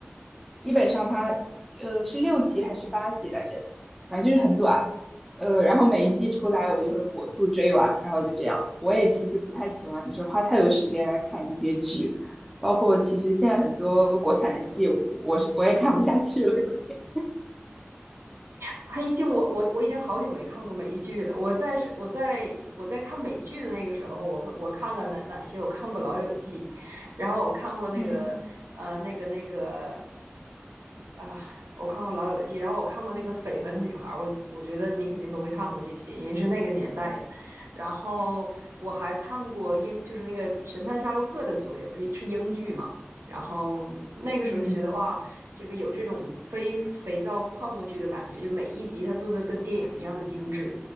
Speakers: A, in the centre; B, on the right.
A: 基本上它呃是六集还是八集来着，反正就是很短。呃，然后每一季出来，我就会火速追完，然后就这样。我也其实不太喜欢，就是花太多时间来看这些剧。包括其实现在很多国产的戏，我是我也看不下去了，有点。
B: 黑镜我我我已经好久没看过美剧了。我在我在我在看美剧的那个时候，我会我看了哪哪些？我看过《老友记》，然后我看过那个呃那个那个
A: 嗯
B: 啊，我看过《老友记》，然后我看过那个《绯闻女孩》，我我觉得你肯定都没看过这些，因为是那个年代的。然后我还看过英，就是那个《神探夏洛克》的所有，就是英剧嘛。然后那个时候就觉得哇，
A: 嗯，
B: 这个有这种非肥皂泡沫剧的感觉，就每一集它做的跟电影一样的精致，